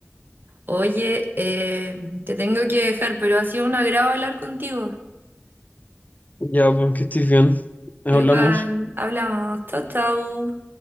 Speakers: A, on the right (about 55°); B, on the left (about 40°).
A: Oye, eh, te tengo que dejar, pero ha sido un agrado hablar contigo.
B: Ya, pues que estés bien. Hablamos.
A: Igual, hablamos. Chau, chau.